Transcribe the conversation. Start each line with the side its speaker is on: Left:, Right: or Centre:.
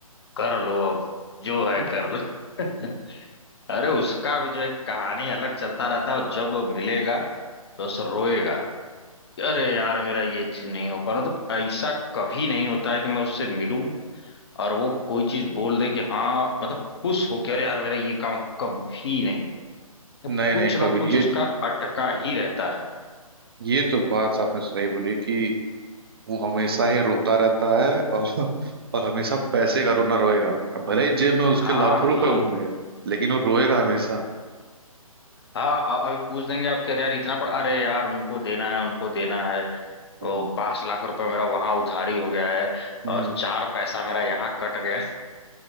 Left: कर लो अब जो है
Right: है
Left: कर लो <laughs> अरे उसका भी जो है कि कहानी अलग चलता रहता है और जब वो मिलेगा तो बस रोएगा कि अरे यार मेरा ये चीज नहीं हो पा रहा मतलब ऐसा कभी नहीं होता है कि मैं उससे मिलूं और वो कोई चीज बोल दे कि हाँ मतलब खुश हो कि अरे यार मेरा ये काम कभी नहीं
Right: <laughs>
Left: तो
Right: नहीं
Left: कुछ
Right: नहीं
Left: ना
Right: कबीर
Left: कुछ
Right: ये
Left: उसका अटका ही रहता है
Right: ये तो बात आपने सही बोली कि वो हमेशा ही रोता रहता है और और हमेशा पैसे का रोना रोएगा अब भले ही जेब में उसके
Left: हाँ
Right: लाखों रुपए
Left: कि
Right: होंगे लेकिन वो रोएगा हमेशा
Left: हाँ अ- अभी पूछ देंगे आप कह रहे यार इतना पड़ अरे यार उनको देना है उनको देना है तो
Right: हम्म
Left: पांच लाख रुपए मेरा वहां उधारी हो गया है
Right: हम्म
Left: और चार पैसा मेरा यहाँ कट गया